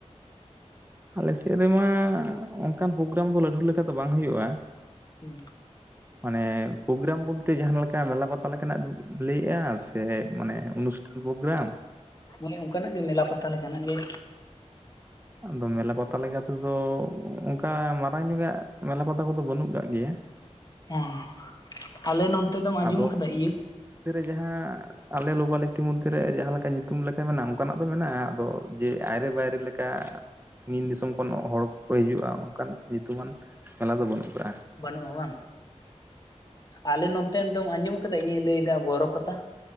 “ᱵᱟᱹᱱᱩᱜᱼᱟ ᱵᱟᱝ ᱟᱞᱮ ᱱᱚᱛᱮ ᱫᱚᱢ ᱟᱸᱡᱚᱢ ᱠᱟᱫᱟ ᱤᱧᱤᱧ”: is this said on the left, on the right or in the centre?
Left